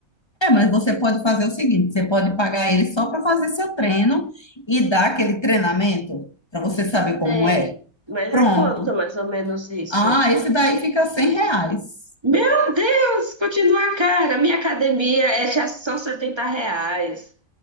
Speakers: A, on the left; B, on the right.
A: É, mas você pode fazer o seguinte: você pode pagar ele só para fazer seu treino e dar aquele treinamento para você saber
B: Sei.
A: como é.
B: Mas
A: Pronto.
B: é quanto mais ou menos isso?
A: Ah, esse daí fica 100 reais.
B: Meu Deus, continua cara. Minha academia é já só 70 reais.